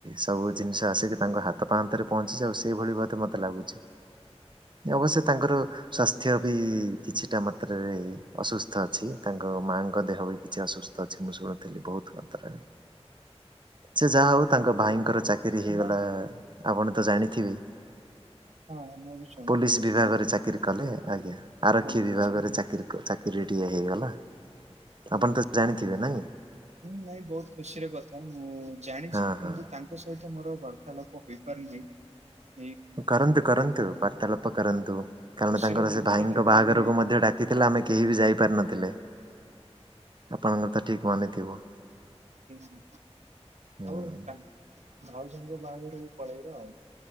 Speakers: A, on the right; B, on the right.
A: ସବୁ ଜିନିଷ ଆସିକି ତାଙ୍କ ହାତ ପାହାନ୍ତରେ ପହଞ୍ଚି ଯାଉ ସେଇଭଳି ବୋଧେ ମ ମତେ ଲାଗୁଚି ଅବଶ୍ୟ ତାଙ୍କର ସ୍ୱାସ୍ଥ୍ୟ ବି କିଛିଟା ମାତ୍ରାରେ ଅସୁସ୍ଥ ଅଛି। ତାଙ୍କ ମାଆଙ୍କ ଦେହ ବି କିଛି ଅସୁସ୍ଥ ଅଛି ମୁଁ ଶୁଣୁଥିଲି ବହୁତ ମାତ୍ରାରେ। ସେ ଯାହା ହଉ ତାଙ୍କ ଭାଇଙ୍କର ଚାକିରି ହେଇଗଲା
B: ନାଇଁ
A: ଆପଣ ତ ଜାଣିଥିବେ।
B: ହଁ ମୁଁ ବି ଶୁଣିଥିଲି
A: ପୋଲିସ ବିଭାଗରେ
B: ହୁଁ
A: ଚାକିରି କଲେ। ଆଜ୍ଞା ଆରକ୍ଷୀ
B: ହେଇଯାଇଛି
A: ବିଭାଗରେ
B: ହୁଁ
A: ଚାକିରି ଚାକିରିଟିଏ ହେଇଗଲା।
B: ହୁଁ
A: ଆପଣ ତ ଜାଣିଥିବେ ନାଇଁ?
B: ହୁଁ ନାଇଁ ବହୁତ ଖୁସିର କଥା ମୁଁ ଜାଣିଛି
A: ହଁ
B: କିନ୍ତୁ
A: ହଁ
B: ତାଙ୍କ ସହିତ ମୋର ବାର୍ତ୍ତାଳପ ହୋଇପାରି ନାହିଁ।
A: କରନ୍ତୁ କରନ୍ତୁ ବାର୍ତ୍ତାଳାପ କରନ୍ତୁ କାରଣ
B: ଖୁସିର
A: ତାଙ୍କର
B: ମୁହୂର୍ତ୍ତ
A: ସେ ଭାଇଙ୍କ
B: ଟାକୁ
A: ବାହାଘରକୁ
B: ଆମେ
A: ମଧ୍ୟ ଡାକିଥିଲା। ଆମେ କେହି ବି ଯାଇପାରିନଥିଲେ ଆପଣଙ୍କର ତ ଠିକ ମନେ ଥିବ।
B: ହୁଁ ହଉ
A: ହୁଁ।
B: କା ଭାଉଜ ଙ୍କ ବାହାଘରକୁ ପଳେଇବା ଆଉ।